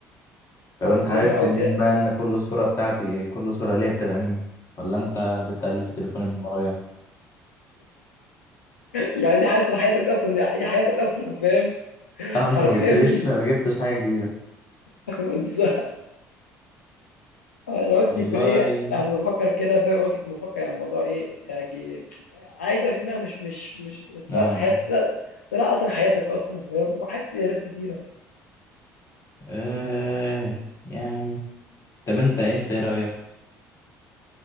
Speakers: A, on the left; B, on the left.
A: طب
B: أو
A: انت
B: تقلب
A: عرفت
B: أو
A: منين
B: ت <laughs>
A: بقى ان كل صورة بتاعتي كل صورة ليا بتبقى مين ولا انت بتقلب في تليفوني من ورايا
B: يعني دي أصلًا حياتك أصلًا دي دي حياتك أصلًا فاهم،
A: اه انت
B: حرفيًا
A: ما جبتليش
B: meme
A: ما جبتش حاجة جديدة
B: <laughs> بس أنا قُلت
A: والله
B: يكون إيه، يعني بافكّر كده فاهم، قُلت يكون بافكّر يعني الموضوع إيه، يعني عادي بقى في دماغي مش مش مش بس طلعت
A: اه اه
B: حياة طل طلع أصلًا حياتك أصلًا فاهم، وحياة ناس كتيرة
A: آه، يعني طب انت انت ايه رأيك